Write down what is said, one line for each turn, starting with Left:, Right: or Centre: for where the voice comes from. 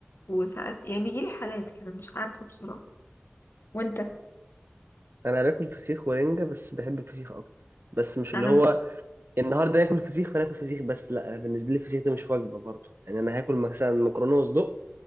Left: وساعات يعني بيجيلي حالات كده مش عارفه بصراحه وانت
Right: انا باكل فسيخ ورنجة بس بحب الفسيخ اكتر بس مش
Left: انا
Right: اللي هو
Left: م...
Right: النهارده ناكل فسيخ فناكل فسيخ بس لا انا بالنسبة لي الفسيخ ده مش وجبة برضه يعني انا هاكل مثلا مكرونة وصدق